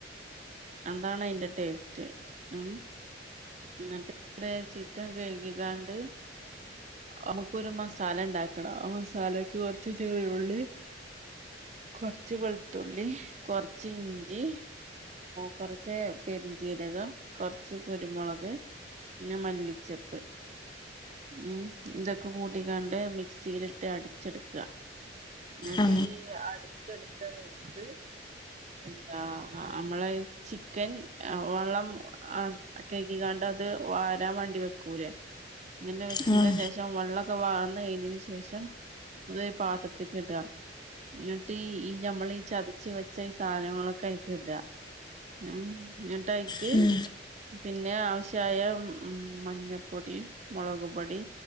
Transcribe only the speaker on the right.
അതാണ് അതിന്റെ ടേസ്റ്റ് ഉ എന്നിട്ട് ചിക്കൻ കഴുകിക്കാണ്ട് നമുക്ക്ൊ ഒരു മസാല ഉണ്ടാക്കണം ആ മസാലക്ക് കൊറച്ച് ചെറിയ ഉുള്ളി കുറച്ച് വെളുത്തുള്ളി കുറച്ച് ഇഞ്ചി കുറച്ച് പെരിചീരകം കുറച്ച് കുരുമുളക് പിന്നെ മല്ലിച്ചപ്പ് ഉംതക്ക പൂ കണ്ട്ക്കാണ്ട് മിക്സിയിലിട്ട് അടിച്ചെടുക്കുക എന്നിട്ട്
അടിച്ചെടുത്ത മിക്സ് എന്താ അമ്മളെ ചിക്കൻ വള്ളം ആ കക്കിക്കാണ്ട് അത് വാരൻ വണ്ടി വെക്കൂലേ ഇങ്ങനെ വെച്ചിന്ന
ശേഷം വെള്ളം ക്കെ വർന്നു കഴിഞ്ഞന് ശേഷം ഇത് പാത്രത്തിേക്ക് ഇടാം എന്നിട്ട് ഈ നമ്മൾീഈ ചതച്ച വെച്ച ഈ സാധനങ്ങളൊക്കെ അയ്ക്ക് ഇട ആ എന്നിട്ടൈക്ക്
പിന്നെ ആവശ്യമായ ഉ മഞ്ഞപ്പൊടി മളക് പൊടി